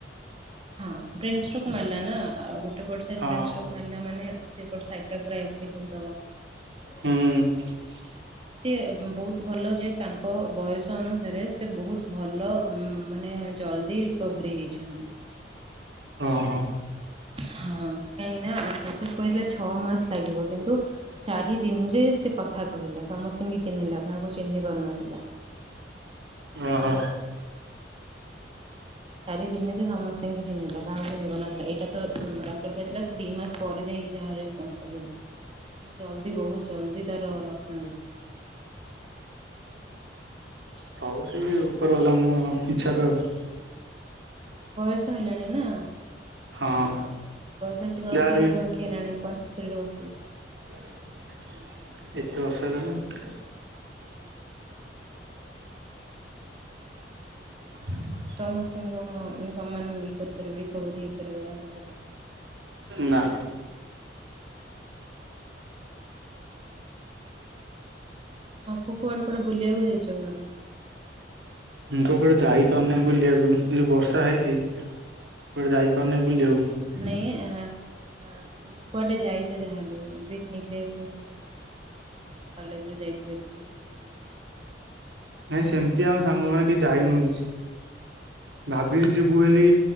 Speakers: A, on the right; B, on the right.
A: ହଁ ବ୍ରେନ୍ ଷ୍ଟ୍ରୋକ୍ ମାରିଲା ନା ଆଉ ଗୋ ଟେ ପଟ
B: ହଁ
A: ବ୍ରେନ ଷ୍ଟ୍ରୋକ ମାରିଲା ମାନେ ସେପଟ ସାଇଟ ଟା ପୁରା ଇଏ କରିଦବ।
B: ହୁଁ।
A: ତ ସିଏ ବହୁତ ଭଲ ଯେ ତାଙ୍କ ବୟସ ଅନୁସାରେ ସେ ବହୁତ ଭଲ ମାନେ ଜଲଦି ରିକଭରି ହୋଇଛନ୍ତି।
B: ଓଁ ହୋ।
A: ହଁ କାହିଁକି ନା ଡକ୍ଟର କହିଥିଲେ ଛଅ ମାସ ଲାଗିବ କିନ୍ତୁ ଚାରି ଦିନରେ ସେ କଥା କହିଲା ସମସ୍ତଙ୍କୁ ଚିହ୍ନିଲା କାହାକୁ ଚିହ୍ନି ପାରୁନଥିଲା।
B: ଓହୋ।
A: ଚାରି ଦିନେ ସେ ସମସ୍ତେଙ୍କୁ ଚିହ୍ନିଲା କାହାକୁ ଚିହ୍ନିବି ପାରୁନଥିଲା ଏଇଟା ତ ଡକ୍ଟର କହିଥିଲା ସେ ଦି ମାସ ପରେ ଯାଇକି ଯାହା ରେସ୍ପନ୍ସ କରିବ କିନ୍ତୁ ଜଲଦି ବହୁତ ଜଲଦି ତାର ଲକ୍ଷଣ ଦେଖା
B: ସବୁ ସେ ଉପର ବାଲାଙ୍କ ଇଛାରେ ଆଉ।
A: ବୟସ ହେଲାଣି ନା
B: ହଁ
A: ବୟସ ଆସିକି ଅଶୀ
B: ଯାହାହେଲେ
A: ପାଖାପାଖି
B: ବି
A: ହେଲାଣି ପଞ୍ଚସ୍ତରୀ ରୁ ଅସିଏ
B: ଏତେ ବର୍ଷ ହେଲାଣି ଆଉ।
A: ହୁଁ।
B: <inaudible>
A: ସମସ୍ତେ କଣ ସମାନ ଇଏ କରିପାରିବେ ରିକଭରି ହେଇପାରିବ ତାଙ୍କ ପଟି ଟା।
B: ନା।
A: ହଁ କୁ କୁଆଡେ କୁଆଡେ ବୁଲିବାକୁ ଯାଇଛ କୁଆଡେ?
B: ମୁଁ ତ କୁଆଡେ ଯାଇପାରୁନେଇ ବୁଲିବାକୁ ଯଉ ବର୍ଷା ହେଇଛି। କୁଆଡେ ଯାଇପାରୁନେଇ ବୁଲିବାକୁ।
A: ଆଁ ମାନେ କୁଆଡେ ଯାଇଛ ଯାହାହେଲେ ପିକନିକରେ କୋଉ ସାଙ୍ଗ ମାନ ଦେଖି ତମ କଲେଜରେ ଯାଇଥିବେ କି ଟ୍ୟୁସନ ଯାଇଥି
B: ନାଇଁ ସେମତି ଆମ ସାଙ୍ଗ ମାନେ କେହି ଯାଇନୁ କିଛି। ଭାବିଚୁ ଯିବୁ ବୋଲି